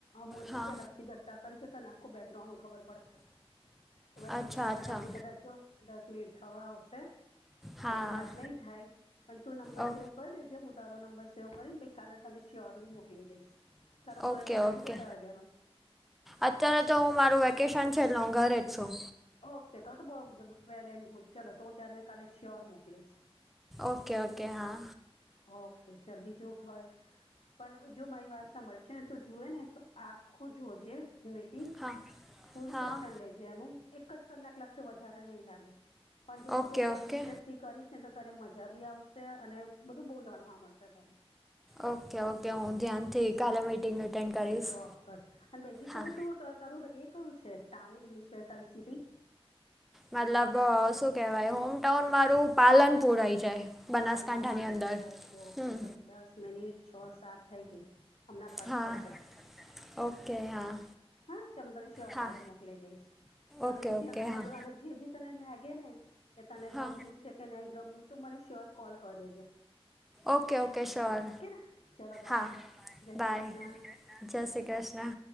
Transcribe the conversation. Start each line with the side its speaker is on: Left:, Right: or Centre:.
Left: મોદી
Centre: હા
Left: ક રક્ષી દત્તા કરી છે તને આખું બેકગ્રાઉન્ડ ખબર પડશે. હવે આપડી
Centre: અચ્છા અચ્છા
Left: આપડી કદાચ જો દસ મિનિટ થવા આવશે
Centre: હા
Left: પછી વાત નહી થાય. પણ તું નંબર
Centre: ઓ
Left: સેવ કરી દેજે હું તારો નંબર સેવ કરીને પહી કાલે તને શ્યોરલી મોકલી દઈશ. તારો કોલેજનો
Centre: ઓકે
Left: ટાઈમ
Centre: ઓકે
Left: કેટલા વાગ્યાનો છે
Centre: અત્યારે તો હું મારું વેકેશન છે એટલે હું ઘરે જ છું.
Left: ઓકે તો તો બહ વેલ એન્ડ ગુડ ચલો તો હું તને કાલે શ્યોર મોકલીશ.
Centre: ઓકે ઓકે હા
Left: હા ઓકે ચલ બીજું હોય. પણ જો મારી વાત સાંભળ છેને તુ જુએ ને તો આખું જોજે. મીટિંગ
Centre: હા
Left: ફુલ
Centre: હા
Left: સેશન લેજે એનુ. એક જ કલાક લાગશે વધારે નહીં લાગે પણ જો
Centre: ઓકે
Left: તું
Centre: ઓકે
Left: ત ઇન્ટરેસ્ટ. થી કરીશ ને તો તને મજા બી આવશે અને બધું બહુ જાણવા મળશે તને.
Centre: ઓકે ઓકે હું ધ્યાનથી કાલે મીટિંગ એટેન્ડ કરીશ
Left: ચોક્કસ અને બેઝિકલી
Centre: હા.
Left: તું ક- તારું એ કયું છે ટાઉન મીન્સ કે તારી સિટી.
Centre: મતલબ શું કહેવાય હોમટાઉન મારું પાલનપુર આઈ જાય. બનાસકાંઠાની
Left: પાલનપુર
Centre: અંદર
Left: ઓકે ઓકે
Centre: હમ
Left: ચલ દસ મિનિટ છ સાત થઈ ગઈ. હમણાં કટ
Centre: હા
Left: થશે
Centre: ઓકે હા.
Left: હા ચલ હું તને શ્યોર
Centre: હા
Left: કાલે મોકલી દઈશ. અને
Centre: ઓકે ઓકે હા
Left: અને જે બી તને લાગે ને કે તને
Centre: હા
Left: ગમ્યું છે. છે કે નહીં ગમ્યું તો મને શ્યોર કોલ કર દેજે.
Centre: ઓકે ઓકે શ્યોર
Left: ઓકે ના ચલો બાય
Centre: હા
Left: જય શ્રી
Centre: બાય
Left: કૃષ્ણ.
Centre: જય શ્રી કૃષ્ણ.